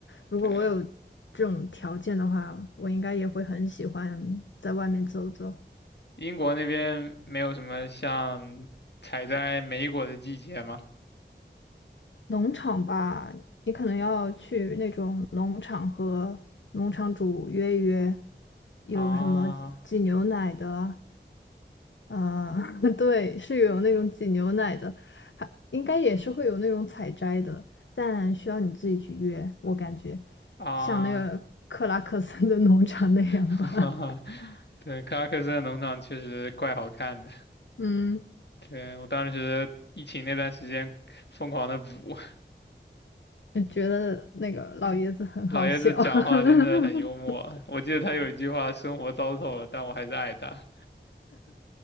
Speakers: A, on the left; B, on the left.
A: 如果我有
B: 对，
A: 这种条件的话，我应该也会很喜欢在外面走走。
B: 英国那边没有什么像采摘莓果的季节吗？
A: 农场吧，你可能要去那种农场和农场主约一约，有什么挤牛奶的，
B: 啊
A: 呃，<laughs> 对，是有那种挤牛奶的，还应该也是会有那种采摘的，但需要你自己去约，我感觉
B: 啊，
A: 像那个克拉克森的农场那样吧。
B: <laughs> 对，克拉克森的农场确实怪好看的。
A: <laughs> 嗯，
B: 对，我当时疫情那段时间疯狂的补，<laughs>
A: 觉得那个老爷子很好笑。
B: 老爷子讲话真的很幽默，
A: <laughs>
B: 我记得他有一句话：“生活糟透了，但我还是爱他。”